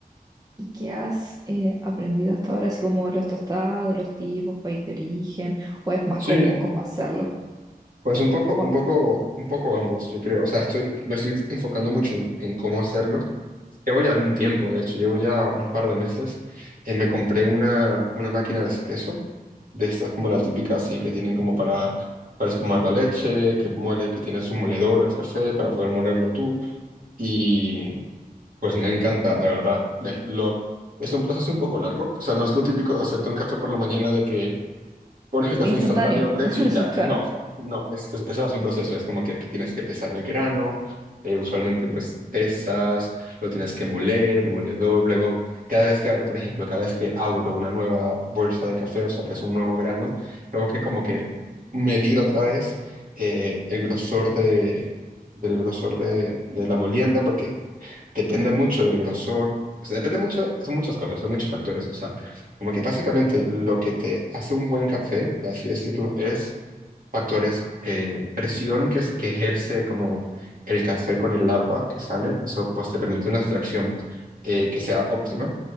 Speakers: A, on the right; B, on the right.
A: ¿Y qué has eh, aprendido hasta ahora? Así como los tostados, los tipos, país de origen, o es más
B: Sí,
A: como cómo hacerlo.
B: pues un poco,
A: Bueno,
B: un poco, un poco ambos, yo creo. O sea, estoy, me estoy enfocando mucho en, en cómo hacerlo, Llevo ya un tiempo, de hecho, llevo ya un par de meses. Eh, me compré una, una máquina de espresso, de estas como la típica así que tienen como para, para espumar la leche, que muele, que tiene su moledor, el café, para poder molerlo tú. Y pues me encanta, la verdad. Me- lo, es un proceso un poco largo, o sea, no es lo típico de hacerte un café por la mañana de que pones el café
A: instantáneo,
B: instantáneo, leche
A: <laughs>
B: y ya.
A: claro.
B: No, no, es, es, eso es un proceso, es como que tienes que pesar el grano, eh, usualmente pues pesas, lo tienes que moler, demoledor, luego cada vez que abre, por ejemplo, cada vez que abro una nueva bolsa de café, o sea que es un nuevo grano, tengo que como que medir otra vez eh, el grosor de, del grosor de, de la molienda, porque depende mucho del grosor, o sea, depende mucho, son muchas cosas, son muchos factores, o sea, como que básicamente lo que te hace un buen café, por así decirlo, es factores, eh, presión que, se- que ejerce como el café con el agua que sale, eso pues te permite una extracción eh, que sea óptima,